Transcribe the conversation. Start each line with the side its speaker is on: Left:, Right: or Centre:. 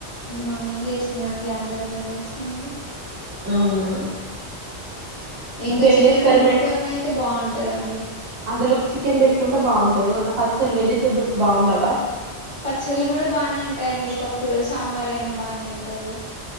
Left: మార్నింగే వేసిందండి అందరం తినేసినం ఇగ
Right: అవునా
Left: ఇంకా
Right: ఇంకేం
Left: చికెన్
Right: చేస్తారు
Left: తోన అయితే బాగుంటదండి
Right: అందులో చికెన్ పెట్టుకుంటే బాగుంటది ఏమన్నా పచ్చళ్ వెజిటేబుల్స్ బాగుండవ
Left: పచ్చళ్ళు కూడా బాగానే ఉంటాయండి పప్పు సాంబార్ అయినా బానే ఉంటది